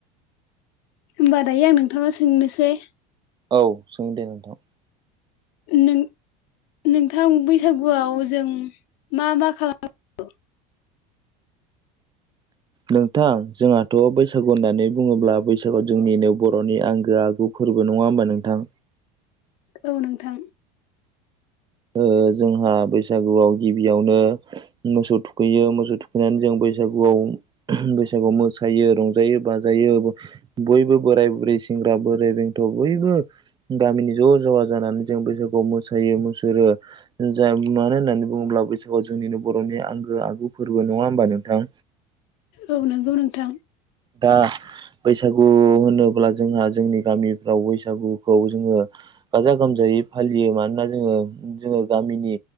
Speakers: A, on the left; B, on the right.
A: होमबा दायो आं नोंथाङा सोंनोसै
B: औ सों दे नोंथां
A: नों नोंथां बैसागुआव जों मा मा खालामो? <inaudible>
B: नोंथां जोंहाथ' बैसागु होननानै बुङोब्ला बैसागुआ जोंनिनो बर'नि आंगो आगु फोरबो नङा होमबा नोंथां
A: औ नोंथां
B: ओ जोंहा बैसागुआव गिबियावनो मोसौ थुखैयो मोसौ थु नानै जों बैसागुआव ओह बैसागुआव मोस यो रंजायो बाजायो बयबो बोराय बुरै सेंग्रा बोराइ बेंथ' बयबो गामिनि ज' ज' जानानै जों बैसागुयाव मोसायो मु जा मानो होननानै बुङोब्ला बैसागुआव जोंनिनो बर'नि आंगो आगु फोरबो नङा होमबा नोंथां
A: औ नंगौ नोंथां
B: दा बैसागु होनोब्ला जोंहा जोंनि गामिफ्राव बैसागुखौ जोङो गाजा गो गोमजायै फालियो मानोना जोंङो जोंङो गामिनि